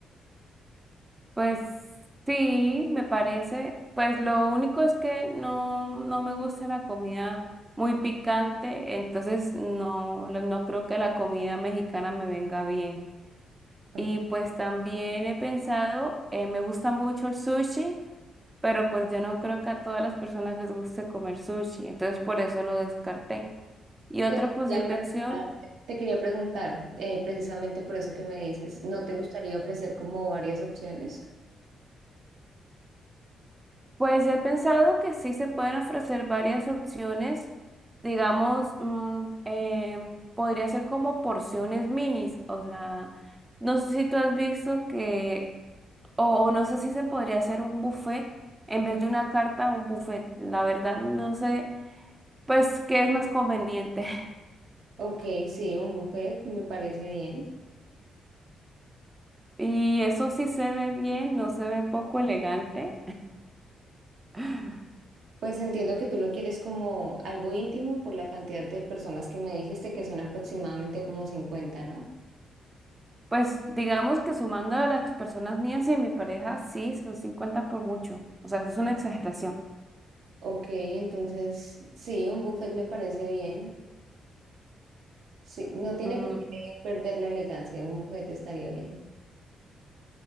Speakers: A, on the right; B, on the right.
A: Pues sí, me parece. Pues lo único es que no, no me gusta la comida muy picante, entonces no, la- no creo que la comida mexicana me venga bien.
B: Ok.
A: Y pues también he pensado, eh, me gusta mucho el sushi, pero pues yo no creo que a todas las personas les guste comer sushi, entonces por eso lo descarté. Y otra
B: Te quería
A: posible
B: preguntar,
A: opción.
B: te quería preguntar, eh, precisamente por eso que me dices, ¿no te gustaría ofrecer como varias opciones?
A: Pues he pensado que sí se pueden ofrecer varias opciones, digamos, mm, em, podría ser como porciones minis, o sea, no sé si tú has visto que, o, o no sé si se podría hacer un buffet en vez de una carta, un buffet, la verdad no sé, pues qué es más conveniente. <laughs>
B: Ok, sí, un buffet me parece bien.
A: Y eso sí se ve bien, no se ve poco elegante. <laughs>
B: Pues entiendo que tú lo quieres como algo íntimo por la cantidad de personas que me dijiste que son aproximadamente como cincuenta, ¿no?
A: Pues digamos que sumando a las personas mías y a mi pareja, sí, son 50 por mucho. O sea, eso es una exageración.
B: Ok, entonces sí, un buffet me parece bien. Sí, no tiene
A: Mm,
B: por qué perder la elegancia, un buffet estaría bien.